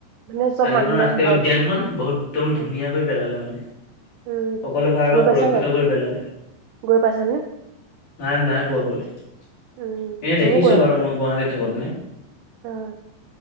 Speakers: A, on the right; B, on the left.
A: মানে চব
B: কাজিৰঙা
A: মানুহবিলাক
B: ৰাষ্ট্ৰীয়
A: ভয়
B: উদ্যানখন বহুত একদম
A: উম
B: ধুনীয়া কৰি পেলালে, মানে।
A: উম
B: সকলো ফালৰ পৰা
A: গৈ
B: সুৰক্ষিত
A: পাইছা নাই
B: কৰি পেলালে। নাই,
A: গৈ পাইছা নে?
B: নাই, পোৱাকৈ এনে
A: উম
B: দেখিছো
A: ময়ো গৈ নাই
B: বাৰু, মই গুৱাহাটীত থাকোতে।
A: অ'।